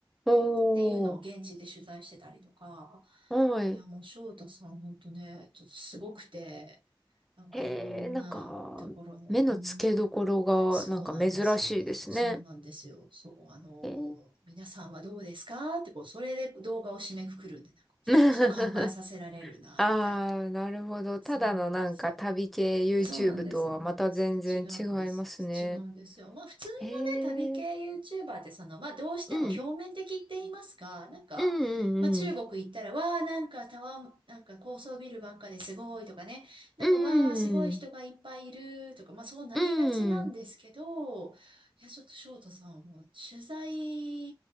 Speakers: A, in the centre; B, on the right.
A: おー。
B: ていうのを現地で取材してたりとか、
A: はい。
B: いや、もう翔太さん本当ね、ちょっとすごくて、なんかいろんなところの、
A: へえ、なんか、目の付けどころが、
B: うん、そうなんですよ。
A: なんか珍しいですね。
B: そうなんですよ。そう、あの、
A: えー
B: 皆さんはどうですかってこう、それで動画を締めくくるんで、なんかちょっと考えさせられるな、
A: <laughs> ああ、
B: みたいな。
A: なるほど。
B: そうなんですよ。
A: ただのなんか旅系 YouTube
B: そうなんです、
A: とはまた全然違いますね。
B: そうなんです。違うんです。違うんですよ。まあ普通
A: へ
B: のね、旅系
A: え、
B: YouTuber ってその、まあどうしても表面的って言いますか、
A: うん、
B: なんか、
A: うん、
B: まあ中国行ったら、
A: うん、
B: わあなんかタワー、なんか高層ビルばっかですごいとかね、なんかわあすごい人がいっぱいいるとか、
A: うん、
B: まあそうなりがちなんですけど、
A: うん、うん。
B: いやちょっと翔太さんはもう取材